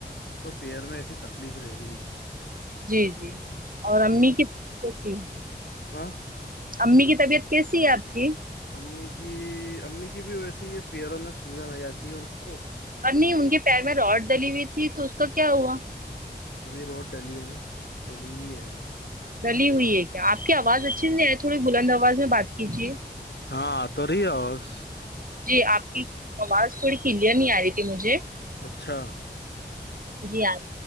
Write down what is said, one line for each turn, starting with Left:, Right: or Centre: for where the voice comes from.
Left: تو پییر میں ایسی تکلیف رہ رہی ہے
Right: جی جی اور امی کس سے تھی <inaudible>
Left: ہاں-
Right: امی کی طبیعت کیسی ہے آپ کی?
Left: امی کی امی کی بھی ویسی ہے پیروں میں سوجن آ جاتی ہے ان کو-
Right: اور نہیں ان کے پیر میں روڈ ڈلی ہوئی تھی تو اس کا کیا ہوا-
Left: ابھی روڈ ڈلی ہے نا ڈلی بھیئی ہے ابھی-
Right: ڈلی ہوئی ہے کیا آپ کی آواز اچھی نہیں ہے تھوڑی بلند آواز میں بات کیجیے-
Left: ہاں تو رہی آوس-
Right: جی آپ کی آواز تھوڑی کلیئر نہیں آ رہی تھی مجھے-
Left: اچھا،
Right: جی ہاں